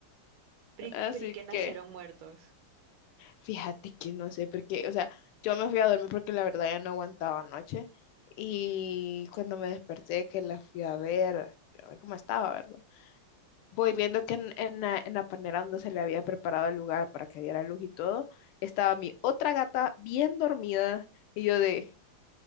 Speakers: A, on the right; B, on the left.
A: Pri,
B: Así
A: pri que nacieron
B: que
A: muertos.
B: fíjate que no sé por qué, o sea, yo me fui a dormir porque la verdad ya no aguantaba anoche y cuando me desperté que la fui a ver, a ver cómo estaba, ¿verdad? Voy viendo que en, en la, en la panera donde se le había preparado el lugar para que diera luz y todo, estaba mi otra gata bien dormida y yo de,